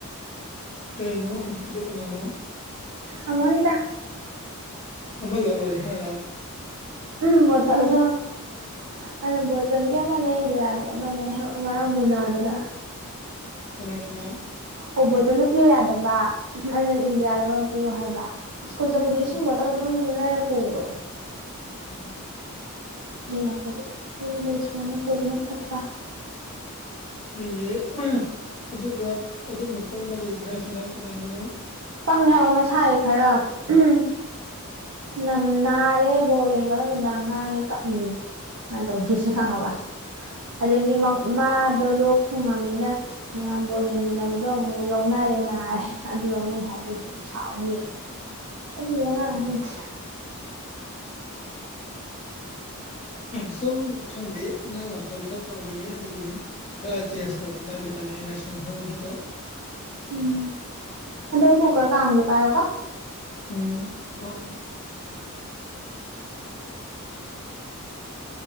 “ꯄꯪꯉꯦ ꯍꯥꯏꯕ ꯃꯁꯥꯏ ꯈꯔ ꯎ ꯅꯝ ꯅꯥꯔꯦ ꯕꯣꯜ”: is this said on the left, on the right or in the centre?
Right